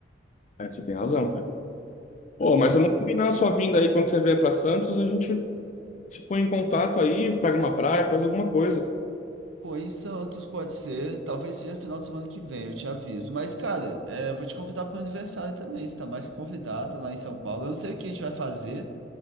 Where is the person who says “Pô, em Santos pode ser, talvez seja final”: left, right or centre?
Right